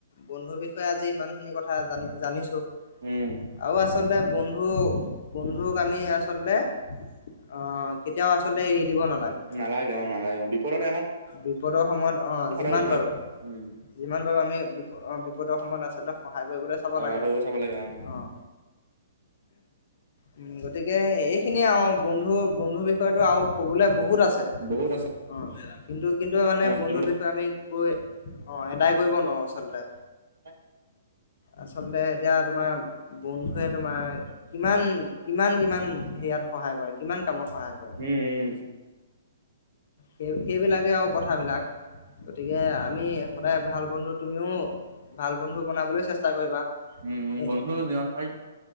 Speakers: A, on the left; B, on the right.
A: বন্ধুৰ বিষয়ে আজি ইমানখিনি কথা জানি জানিছো।
B: উম,
A: আৰু আচলতে বন্ধু বন্ধুক আমি আ চলতে অহ কেতিয়াও আচলতে এৰি দিব নালাগে।
B: নালাগে অহ নালাগে অঁ বিপদৰ টাইমত
A: বিপদৰ সময়ত অহ
B: সদায়
A: যিমান
B: উদ্ধাৰ
A: পাৰো
B: উম,
A: যিমান পাৰো আমি এ বিপদৰ সময়ত আচলতে সহায় কৰিবলৈ চাব
B: সহায়
A: লাগে
B: কৰিব চাব লাগে অ'
A: অঁ। উম গতিকে এইখিনিয়ে আৰু বন্ধু বন্ধুৰ বিষয়টো আৰু ক'বলৈ বহুত আছে
B: বহুত আছে
A: অ কিন্তু কিন্তু মানে বন্ধুৰ
B: কোনো
A: বিষয়ে আমি কৈ অ এদায় কৰিব নোৱাৰো আচলতে।
B: হয়
A: আচলতে এতিয়া তোমাৰ বন্ধুৱে তোমাৰ কিমান কিমান কিমান-হেয়াত সহায় কৰে কিমান
B: উম
A: কামত সহায় কৰে
B: উম।
A: সেই সেইবিলাকে আৰু কথাবিলাক গতিকে আমি সদায় ভাল বন্ধু তুমিও ভাল বন্ধু বনাবলৈ চেষ্টা কৰিবা।
B: উম উম
A: এ
B: বন্ধু যিমান পাৰিম